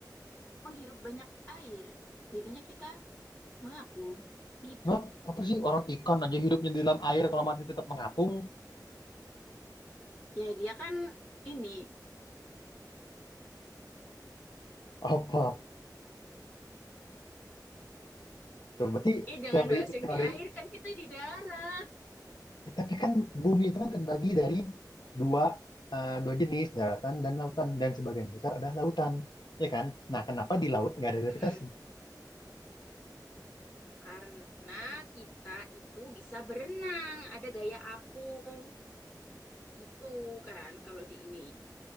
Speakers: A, on the left; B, on the left.
A: menghirup banyak air. Jadinya kita mengapung gitu
B: Hah? apa sih orang ikan aja hidupnya di dalam air kalau mati tetap mengapung.
A: ya dia kan ini
B: Apa? Tuh, berarti
A: eh jangan
B: teori
A: bahas yang
B: teori
A: di air kan kita di darat
B: Ya, Tapi kan bumi itu kan terbagi dari dua, eh, dua jenis, daratan dan lautan. Dan sebagian besar adalah lautan, ya kan? Nah, kenapa di laut nggak ada gravitasi?
A: Mm-mm. karena kita itu bisa berenang ada gaya apung gitu kan kalau di ini